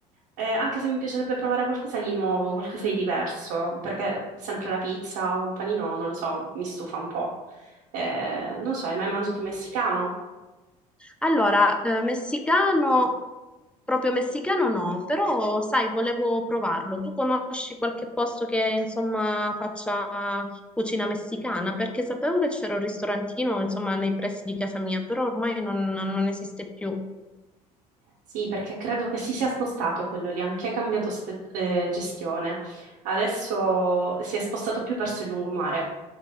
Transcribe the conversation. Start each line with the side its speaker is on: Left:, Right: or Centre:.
Right: eh, anche se mi piacerebbe provare qualcosa di nuovo, qualcosa di diverso, perché sempre la pizza o un panino, non lo so, mi stufa un po'. Eh, non so, hai mai mangiato messicano?
Centre: Allora, eh, messicano, proprio messicano no, però sai, volevo provarlo. Tu conosci qualche posto che insomma faccia cucina messicana? Perché sapevo che c'era un ristorantino insomma nei pressi di casa mia, però ormai non non esiste più.
Right: Sì, perché credo che si sia spostato quello lì, anche cambiato ste- eh, gestione. Adesso si è spostato più verso il lungomare.